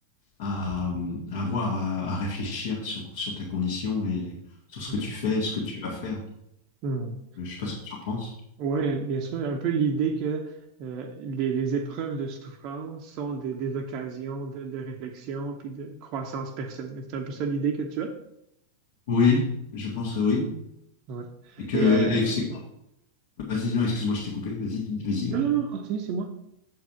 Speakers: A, on the left; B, on the right.
A: à, à avoir à, à réfléchir sur, sur ta condition et sur ce
B: mhm,
A: que tu fais, ce que tu vas faire.
B: mhm.
A: Je sais pas ce que tu en penses.
B: Oui, bien sûr, un peu l'idée que euh, les, les épreuves de souffrance sont des, des occasions de, de réflexion puis de croissance personnelle. C'est un peu ça l'idée que tu as?
A: Oui, je pense que oui.
B: Ouais.
A: Et que,
B: Et, euh,
A: et que c'est... Vas-y, non, excuse-moi, je t'ai coupé. Vas-y, vas-y.
B: Non, non, non, continue, c'est moi.